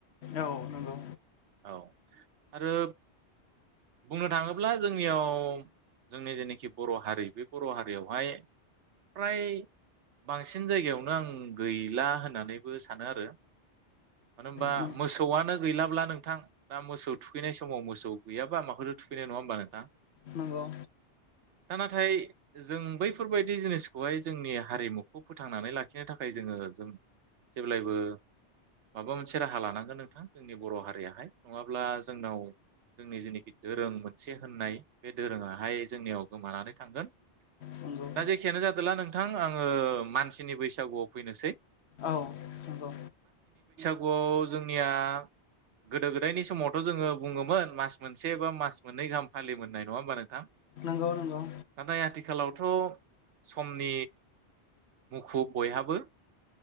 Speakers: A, on the left (about 70°); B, on the right (about 85°).
A: औ नंगौ।
B: औ आरो बुंनो थाङोब्ला जोंनियाव। जोंनि जेनोखि बर' हारि बे बर' हारियावहाय फ्राय। बांसिन जायगायावनो आं गैला होननानैबो सानो आरो मानो होनबा।
A: नंगौ
B: मोसौआनो गैलाब्ला नोंथां दा मोसौ थुखैनाय समाव मोसौ गैयाबा माखौथो थुखैनो नङा होमबा नोंथां।?
A: नंगौ।
B: दा नाथाय जों बैफोरबायदि जिनिसखौहाय जोंनि हारिमुखौ फोथांनानै लाखिनो थाखाय जोङो ओ जों जेब्लायबो माबा मोनसे राहा लानांगोन। हागोन नोंथां जोंनि बर' हारियाहाय नङाब्ला जोंनाव। जोंनि जेनाखि दोरों मोनसे होननाय बे दोरोङाहाय जोंनियाव गोमानानै थांगोन‌।
A: नंगौ
B: दा जेखियानो जादोला नोंथां आङो मानसिनि बैसागुआव फैनोसै।
A: औ नंगौ।
B: आव जोंनिया। गोदो गोदायनि समावथ' जोङो बुङोमोन मास मोनसे बा मास मोननै गाहाम फालि मोननाय नङा होमबा नोंथां।
A: नंगौ नंगौ।
B: नाथाय आथिखालावथ' समनि मुखुब बयहाबो।